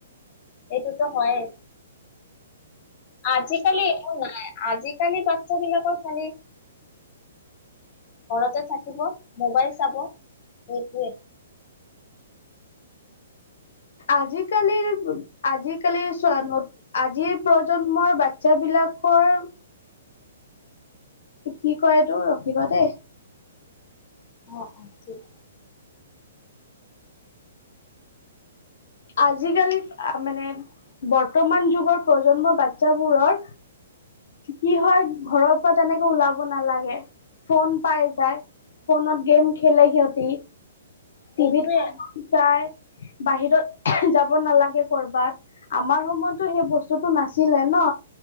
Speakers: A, on the left; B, on the left.
A: এইটোতো হৈয়ে। আজিকালি একো নাই, আজিকালি বাচ্ছা বিলাকক আমি ঘৰতে থাকিব, মোবাইল চাব, সেইটোৱে।
B: আজিকালিৰ আজিকালি চোৱা আজিৰ প্ৰজন্মৰ বাচ্ছাবিলাকৰ কি কয় এইটো, ৰখিবা দেই।
A: অ, অ', ঠিক
B: আজিকালি আ মানে বৰ্তমান যুগৰ প্ৰজন্মৰ বাচ্ছাবোৰৰ কি হয় ঘৰৰ পৰা তেনেকে ওলাব নালাগে, ফোন পাই যায়। ফোনত গেম খেলে সিহঁতি।
A: সেইটোৱে
B: টিভিত চাই বাহিৰত যাব নালাগে ক'ৰবাত। আমাৰ সময়ততো সেই বস্তুটো নাছিলে ন।